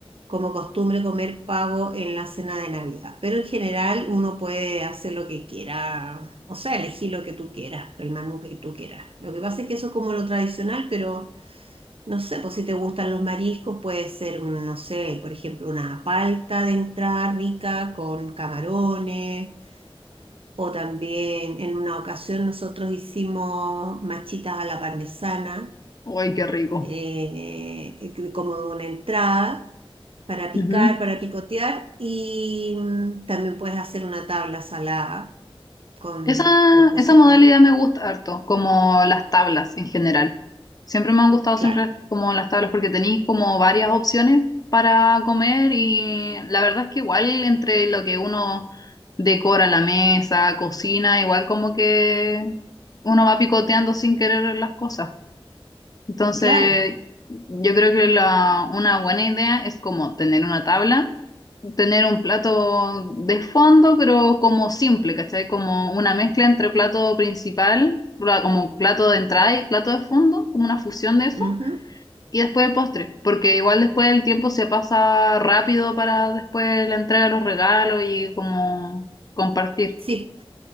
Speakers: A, on the right; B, on the left.
A: como costumbre comer pavo en la cena de Navidad. Pero en general uno puede hacer lo que quiera, o sea, elegir lo que tú quieras, el menú que tú quieras. Lo que pasa es que eso es como lo tradicional, pero no sé, pues si te gustan los mariscos, puede ser, un, no sé, por ejemplo, una palta de entrada rica con camarones. O también en una ocasión nosotros hicimos machitas a la parmesana
B: Uy, qué rico.
A: eh, eh, como una entrada para picar,
B: Ujú.
A: para picotear y mm, también puedes hacer una tabla salada con,
B: Esa,
A: con cositas.
B: esa modalidad me gusta harto, como las tablas en general. Siempre me han gustado
A: Claro,
B: siempre como las tablas porque tenéis como varias opciones para comer y la verdad es que igual entre lo que uno decora la mesa, cocina, igual como que uno va picoteando sin querer las cosas. Entonces,
A: claro.
B: yo creo que la, una buena idea es como tener una tabla, tener un plato de fondo, pero como simple, ¿cachai? Como una mezcla entre plato principal, pla- como plato de entrada y plato de fondo, como una fusión de eso,
A: ujú,
B: y después el postre, porque igual después el tiempo se pasa rápido para después la entrega de los regalos y como compartir.
A: Sí,